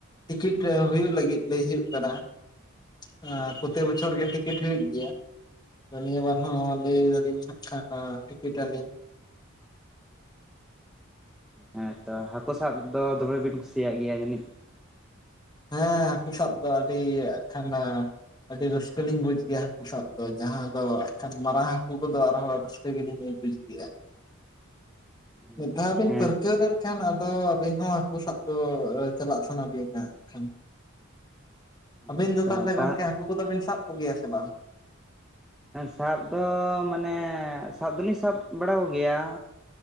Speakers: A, on the left; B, in the centre.
A: ᱴᱤᱠᱤᱴ ᱨᱮ ᱦᱩᱭᱩᱜ ᱞᱟᱹᱜᱤᱫ ᱞᱟᱹᱭ ᱦᱩᱭᱩᱜ ᱠᱟᱱᱟ᱾ ᱦᱚᱸ ᱯᱨᱚᱛᱤ ᱵᱚᱪᱷᱚᱨ ᱜᱮ ᱴᱤᱠᱤᱴ ᱦᱩᱭᱩᱜ ᱜᱮᱭᱟ᱾ ᱱᱤᱭᱟᱹ ᱵᱟᱨ ᱦᱚᱸ ᱞᱟᱹᱭ ᱫᱟᱞᱤᱧ ᱦᱟᱸᱜ ᱠᱷᱟᱱ ᱴᱤᱠᱤᱴ ᱟᱞᱤᱧ ᱾
B: ᱦᱮᱸ ᱛᱚ ᱦᱟᱹᱠᱩ ᱥᱟᱵ ᱫᱚ ᱫᱚᱢᱮ ᱵᱤᱱ ᱠᱩᱥᱤᱭᱟᱜ ᱜᱮᱭᱟ ᱡᱟᱹᱱᱤᱡ?
A: ᱦᱮᱸ ᱦᱟᱹᱠᱩ ᱥᱟᱵ ᱫᱚ ᱟᱹᱰᱤ ᱦᱟᱸᱜ ᱠᱷᱟᱱ ᱟᱹᱰᱤ ᱨᱟᱹᱥᱠᱟᱹ ᱞᱤᱧ ᱵᱩᱡ ᱜᱮᱭᱟ ᱦᱟᱹᱠᱩ ᱥᱟᱵ ᱫᱚ, ᱡᱟᱦᱟᱸ ᱫᱚ ᱠᱷᱟᱱ ᱢᱟᱨᱟᱝ ᱦᱟᱹᱠᱩ ᱠᱚᱫᱚ ᱟᱨ ᱦᱚᱸ ᱨᱟᱥᱠᱟᱹ ᱜᱮᱞᱤᱧ ᱵᱩᱡ ᱜᱮᱭᱟ᱾
B: <inaudible>
A: ᱢᱤᱫ ᱫᱷᱟᱣ ᱵᱤᱱ
B: ᱦᱮᱸ
A: ᱯᱟᱹᱨᱠᱟᱹᱣ
B: ᱛᱚ
A: ᱞᱮᱱ ᱠᱷᱟᱱ ᱟᱫᱚ, ᱟᱹᱵᱤᱱ ᱦᱚᱸ ᱦᱟᱹᱠᱩ ᱥᱟᱵ ᱫᱚ ᱪᱟᱞᱟᱜ ᱥᱟᱱᱟ ᱵᱤᱱᱟ ᱠᱷᱟᱱ ᱾ ᱟᱹᱵᱤᱱ
B: ᱦᱮᱸ
A: ᱫᱚ
B: ᱛᱚ
A: ᱛᱟᱦᱚᱞᱮ
B: ᱛᱟ
A: ᱜᱚᱝᱠᱮ ᱦᱟᱹᱠᱩ ᱠᱚᱫᱚ ᱵᱤᱱ ᱥᱟᱵ ᱠᱚᱜᱮᱭᱟ ᱥᱮ ᱵᱟᱝ?
B: ᱥᱟᱵ ᱫᱚ ᱢᱟᱱᱮ ᱥᱟᱵ ᱫᱚᱞᱤᱧ ᱥᱟᱵ ᱵᱟᱲᱟ ᱠᱚᱜᱮᱭᱟ